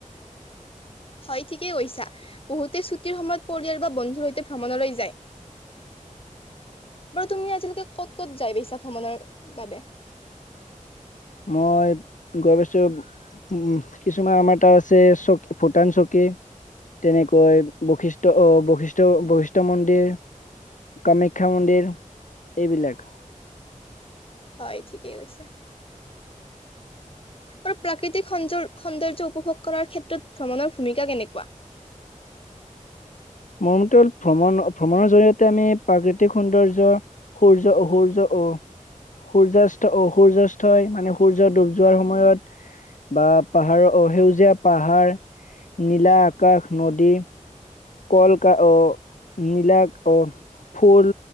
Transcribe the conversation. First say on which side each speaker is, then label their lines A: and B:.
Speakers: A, on the left; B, on the left.
A: হয় ঠিকেই কৈছা। বহুতে ছুটিৰ সময়ত পৰিয়াল বা বন্ধুৰ সৈতে ভ্ৰমণলৈ যায়। বাৰু তুমি আজিলৈকে ক'ত ক'ত যায় পাইছা ভ্ৰমণৰ বাবে?
B: মই গৈ পাইছোঁ উম কিছুমান আমাৰ তাত আছে চ'ক ভূটান চকী তেনেকৈ বৈশিষ্ঠ-বৈশিষ্ঠ-বৈশিষ্ঠ মন্দিৰ কামাখ্যা মন্দিৰ এইবিলাক।
A: হয় ঠিকেই কৈছা। আৰু প্ৰাকৃতিক সৌন-সৌন্দৰ্য উপভোগ কৰাৰ ক্ষেত্ৰত ভ্ৰমণৰ ভূমিকা কেনেকুৱা?
B: মোৰম'তে হ'ল ভ্ৰমণ ভ্ৰমণৰ জৰিয়তে আমি প্ৰাকৃতিক সৌন্দৰ্য্য সূৰ্য সূৰ্য অ সূৰ্যয়াস্ত অ' সূৰ্যয়াস্তই মানে সূৰ্য ডুব যোৱাৰ সময়ত বা পাহাৰ অ' সেউজীয়া পাহাৰ, নীলা আকাশ, নদী কলকা অ, নীলা অ ফুল